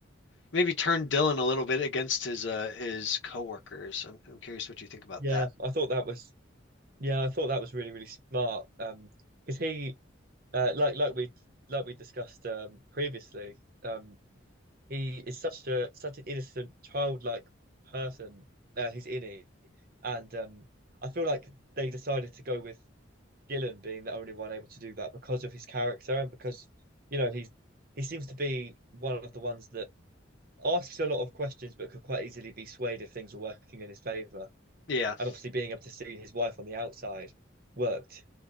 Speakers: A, on the left; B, on the right.
A: maybe turn Dylan a little bit against his uh, his coworkers. I'm I'm curious what you think about
B: yeah.
A: that.
B: I thought that was yeah, I thought that was really really smart. Um, because he Uh, like like we like we discussed um, previously, um, he is such a such an innocent, childlike person. Uh, he's innie, and um, I feel like they decided to go with Gillen being the only one able to do that because of his character and because you know he's he seems to be one of the ones that asks a lot of questions but could quite easily be swayed if things are working in his favor.
A: Yeah.
B: And obviously, being able to see his wife on the outside worked